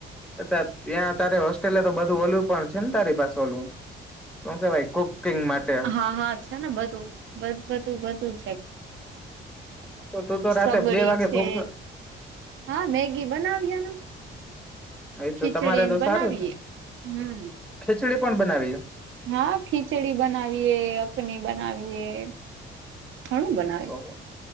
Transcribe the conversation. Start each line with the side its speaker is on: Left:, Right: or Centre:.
Centre: અ ત્યાં તારે હોસ્ટેલે તો બધું ઓલું પણ છે ને, તારી પાસે ઓલું. ઓકે, ભાઈ <unintelligible>
Right: હા, હા છે ને બધું બધું બધું છે.
Centre: તો તું તો રાતે
Right: સગડી
Centre: બે વાગે
Right: છે,
Centre: ભૂખ
Right: હા મેગી બનાવીએ ને.
Centre: હા એતો
Right: ખીચડીને
Centre: તમારે તો
Right: બનાવીએ
Centre: સારું છે.
Right: હમ
Centre: ખીચડી પણ બનાવીએ.
Right: હા, ખીચડી બનાવીએ, અકની બનાવીએ ઘણું બના
Centre: ઓહો!